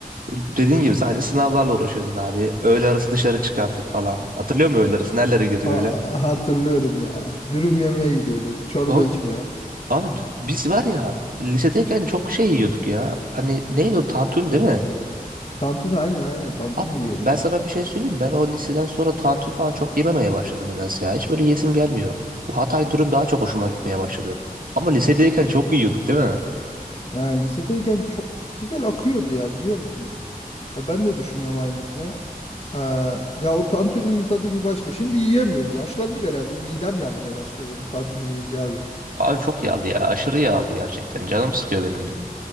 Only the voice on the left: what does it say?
a-
a- hatırlıyorum ya. Dürüm yemeye gidiyorduk, çorba
içmeye.
Tantuni aynen aynen tantuni
yiyorduk.
ha.
Yani lisedeyken çok güzel akıyordu ya biliyor musun? Ya ben de düşünüyorum aynısını. Ee, ya o tantuninin tadı bir başka. Şimdi yiyemiyoruz. Yaşlandık herhalde. Midem yanmaya başlıyor benim tantuni yiyince abi.